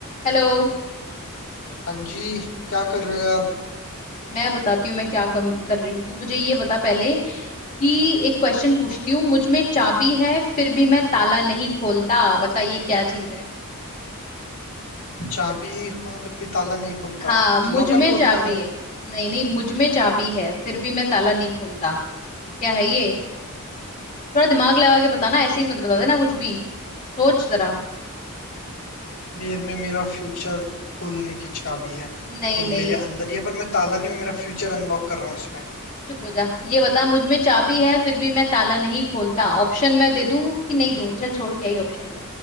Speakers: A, on the left; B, on the left.
A: Hello
B: हाँ जी क्या कर रहे हो यार
A: मैं बताती हूँ मैं क्या कम कर रही हूँ तू मुझे ये बता पहले कि एक क्वेश्चन पूछती हूँ मुझ में चाबी है फिर भी मैं ताला नहीं खोलता बताइए क्या चीज है
B: चाबी हूँ फिर भी ताला नहीं खुलता
A: हाँ
B: है
A: मुझ
B: तो लॉकर
A: में
B: खोलते
A: चाबी
B: होंगे
A: है नहीं नहीं मुझ में चाबी है फिर भी मैं ताला नहीं खोलता क्या है ये थोड़ा दिमाग लगा के बताना ऐसे ही मत बता देना कुछ भी सोच जरा
B: मेरे में मेरा फ्यूचर खोलने की चाबी है
A: नहीं
B: तो वो
A: नहीं
B: मेरे अंदर ही है पर मैं ताला नहीं मैं मेरा फ्यूचर अनलॉक कर रहा हूँ इसमें
A: चुप हो जा ये बता मुझ में चाबी है फिर भी मैं ताला नहीं खोलता ऑप्शन मैं दे दूँ कि नहीं दूँ चल छोड़ क्या ही ऑप्शन दूँ